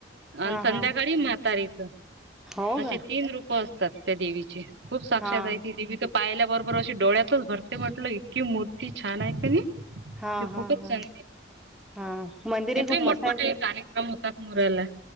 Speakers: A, on the right; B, in the centre.
A: आणि
B: हां,
A: संध्याकाळी
B: हां.
A: म्हातारीच,
B: हो
A: असे
B: का?
A: तीन रूप असतात त्या देवीचे. खूप साक्षात
B: हां,
A: आहे, ती देवी त पाहिल्या बरोबर अशी डोळ्यातच भरते म्हटल, इतकी मूर्ती छान आहे कनी.
B: हां,
A: ते
B: हां,
A: खूपच
B: हां,
A: चांगलय,
B: हां. मंदिरही
A: तिथं
B: खूप
A: मोठमोठे
B: मस्त आहे
A: कार क्रम होतात मुराला.